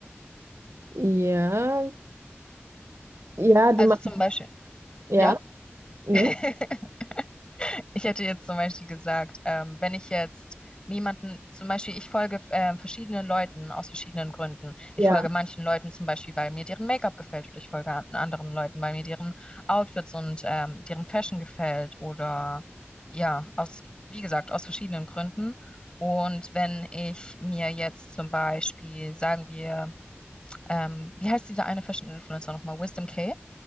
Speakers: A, on the right (about 80°); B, on the left (about 20°).
A: Ja, ja, du
B: Also
A: meinst,
B: zum Beispiel,
A: ja,
B: ja?
A: nee,
B: <laughs> Ich hätte jetzt zum Beispiel gesagt, ähm, wenn ich jetzt jemanden, zum Beispiel, ich folge ähm, verschiedenen Leuten aus verschiedenen Gründen. Ich
A: ja,
B: folge manchen Leuten zum Beispiel, weil mir deren Make-up gefällt, oder ich folge an anderen Leuten, weil mir deren Outfits und ähm, deren Fashion gefällt, oder ja, aus, wie gesagt, aus verschiedenen Gründen. Und wenn ich mir jetzt zum Beispiel, sagen wir, ähm, wie heißt diese eine Fashion-Influencer nochmal? Wisdom K.